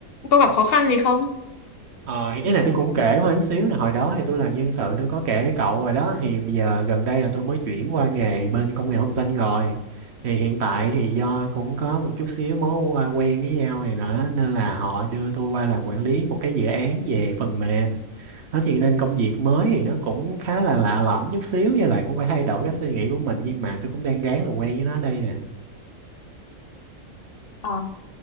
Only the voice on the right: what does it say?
Ờ, thì cái này tôi cũng kể hơi chút xíu là hồi đó thì tôi làm nhân sự tôi có kể với cậu rồi đó thì bây giờ gần đây là tôi mới chuyển qua nghề bên công nghệ thông tin rồi thì hiện tại thì do cũng có một chút xíu mối qua- quen với nhau này nữa nên là họ đưa tôi qua làm quản lý một cái dự án về phần mềm Đó thì nên công việc mới thì nó cũng khá là lạ lẫm chút xíu với lại cũng phải thay đổi cái suy nghĩ của mình nhưng mà tôi cũng đang ráng làm quen với nó đây nè.